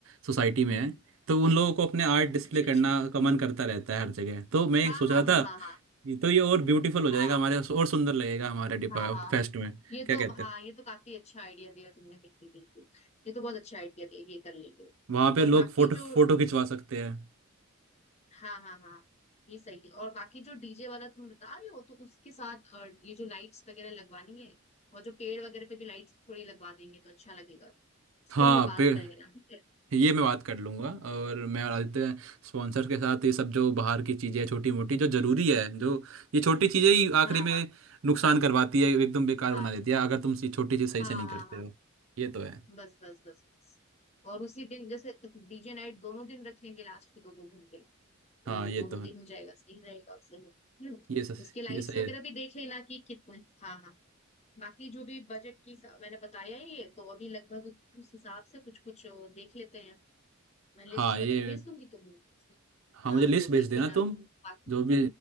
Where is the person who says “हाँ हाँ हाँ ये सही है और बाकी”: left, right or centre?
Left